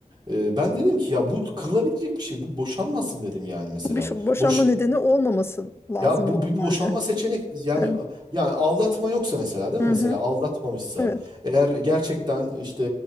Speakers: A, on the right; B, on the left.
A: Ee, ben dedim ki ya bu kırılabilecek bir şey. Bu boşanmasın dedim yani mesela.
B: Bu bir şu- boşanma
A: Boş,
B: nedeni olmaması lazım
A: ya bu
B: normalde.
A: bir boşanma seçenek yani
B: Evet.
A: yani aldatma yoksa mesela değil
B: Hı
A: mi? Mesela
B: hı.
A: aldatmamışsa
B: Evet.
A: eğer gerçekten işte